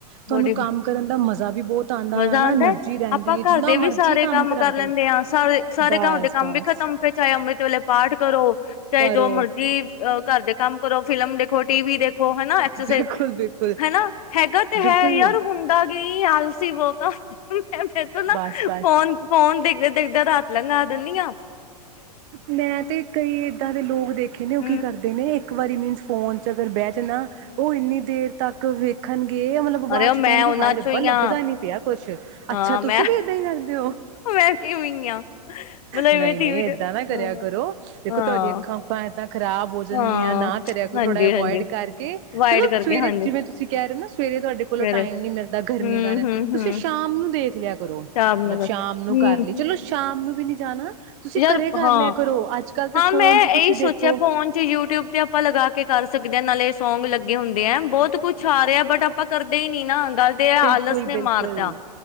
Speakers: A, on the right; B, on the left.
A: ਤੁਹਾਨੂੰ
B: ਬੜੀ
A: ਕੰਮ ਕਰਨ ਦਾ ਮਜ਼ਾ ਵੀ ਬਹੁਤ ਆਉਂਦਾ
B: ਮਜ਼ਾ
A: ਹੈ ਨਾ
B: ਆਉਂਦਾ
A: ਐਨਰਜੀ ਰਹਿੰਦੀ
B: ਆਪਾਂ
A: ਹੈ
B: ਘਰ
A: ਜਿੰਨਾ
B: ਦੇ ਵੀ
A: ਮਰਜੀ
B: ਸਾਰੇ ਕੰਮ
A: ਕਰਾ
B: ਕਰ ਲੈਂਦੇ
A: ਦੋ
B: ਹਾਂ ਸਾਰੇ ਸਾਰੇ
A: ਬਸ
B: ਘਰ ਦੇ ਕੰਮ
A: ਬਸ
B: ਵੀ ਖਤਮ ਚਾਹੇ ਅੰਮ੍ਰਿਤ ਵੇਲੇ ਪਾਠ ਕਰੋ ਚਾਹੇ
A: ਕਰੋ
B: ਜੋ ਮਰਜੀ ਅ ਘਰ ਦੇ ਕੰਮ ਕਰੋ ਫਿਲਮ ਦੇਖੋ ਟੀ ਵੀ ਦੇਖੋ <unintelligible> ਹਨਾ ਐਕਸਰਸਾਈਜ਼
A: ਬਿਲਕੁਲ ਬਿਲਕੁਲ
B: ਹਨਾ ਹੈਗਾ ਤੇ ਹੈ
A: ਬਿਲਕੁਲ
B: ਯਾਰ ਹੁੰਦਾ ਕੀ ਤਾਂ ਮੈਂ ਨਾ
A: ਬਸ
B: ਫੋਨ
A: ਬਸ
B: ਫੋਨ ਦੇਖਦੇ ਡਿੱਗਦਾ ਰਾਤ ਲੰਘਾ ਦਿੰਦੀ ਹਾਂ
A: ਮੈਂ ਤੇ ਕਈ ਏਦਾਂ ਦੇ ਲੋਕ ਦੇਖੇ ਨੇ ਉਹ
B: ਹੂੰ
A: ਕੀ ਕਰਦੇ ਨੇ ਇੱਕ ਵਾਰੀ ਮੀਨਸ ਫੋਨ ਅਗਰ ਬਹਿ ਜਾਣਾ ਉਹ ਇੰਨੀ ਦੇਰ ਤੱਕ ਵੇਖਣ ਕੇ ਮਤਲਬ ਬਾਅਦ
B: ਅਰੇ ਉਹ
A: ਚ
B: ਮੈਂ
A: ਕਹਿਣਗੇ
B: ਉਹਨਾਂ
A: ਹਾਏ ਰੱਬਾ
B: ਚੋਂ ਹੀ
A: ਲੱਭਦਾ
B: ਹਾਂ
A: ਨੀ ਪਿਆ ਕੁੱਛ,
B: ਹਾਂ
A: ਅੱਛਾ
B: ਮੈਂ
A: ਤੁਸੀਂ ਵੀ ਏਦਾਂ ਹੀ ਕਰਦੇ ਹੋ
B: ਮੈਂ ਵੀ ਇਵੇਂ ਈ ਆ। ਮਤਲਬ
A: ਨਹੀਂ,
B: ਇਵੇਂ ਟੀਵੀ
A: ਨਹੀਂ ਦੇ ਹੋ। ਏ ਨਾ ਕਰਿਆ
B: ਹਾਂ
A: ਕਰੋ ਦੇਖੋ
B: ਹਾਂ।
A: ਤੁਹਾਡੀੀਆਂ ਅੱਖਾਂ, ਅੱਖਾਂ ਖ਼ਰਾਬ ਹੋ ਜਾਣਗੀਆਂ,
B: ਹਾਂ,
A: ਨਾ ਕਰਿਆ ਕੋ
B: ਹਾਂਜੀ-ਹਾਂਜੀ
A: ਥੋੜ੍ਹਾ ਅਵੋਇਡ ਕਰਕੇ
B: ਵਾਈਡ
A: ਚਲੋ
B: ਕਰਕੇ
A: ਸਵੇਰੇ
B: ਹਾਂਜੀ
A: ਜਿਵੇਂ ਤੁਸੀਂ ਕਹਿ ਰਹੇ ਹੋ ਨਾ ਸਵੇਰੇ ਤੁਹਾਡੇ ਕੋਲੋਂ
B: ਸਵੇਰੇ
A: ਟਾਈਮ ਨੀ ਮਿਲਦਾ ਗਰਮੀ
B: ਹੂੰ-ਹੂੰ-ਹੂੰ
A: ਕਾਰਨ ਤੁਸੀਂ ਸ਼ਾਮ ਨੂੰ ਦੇਖ <unintelligible> ਕਰੋ
B: ਸ਼ਾਮ
A: ਮਤਲਬ
B: ਨੂੰ
A: ਸ਼ਾਮ ਨੂੰ
B: ਹੂੰ
A: ਕਰ ਲਈ, ਚਲੋ ਸ਼ਾਮ ਨੂੰ ਵੀ ਨੀ ਜਾਣਾ ਤੁ
B: ਯਾਰ
A: ਘਰੇ ਕਰ
B: ਹਾਂ।
A: ਲਿਆ ਕਰੋ ਅੱਜ ਕੱਲ੍ਹ ਤੇ
B: ਹਾਂ,
A: ਫੋਨ
B: ਮੈਂ
A: ਚ ਤੁਸੀਂ
B: ਇਹੀ ਸੋਚਿਆ,
A: ਦੇਖੋ
B: ਫੋਨ ਚ ਯੂਟਿਊਬ ਤੇ ਆਪਾਂ ਲਗਾ ਕੇ ਕਰ ਸਕਦੇ ਹਾਂ। ਨਾਲੇ ਸੌਂਗ ਲੱਗੇ ਹੁੰਦੇ ਆ, ਬਹੁਤ ਕੁੱਛ ਆ ਰਿਹਾ ਬਟ ਆਪਾਂ ਕਰਦੇ ਹੀ ਨੀ ਨਾ ਗੱਲ ਤੇ ਇਹ ਹੈ, ਆਲਸ
A: ਬਿਲਕੁਲ
B: ਨੇ
A: ਬਿਲਕੁਲ
B: ਮਾਤਾ,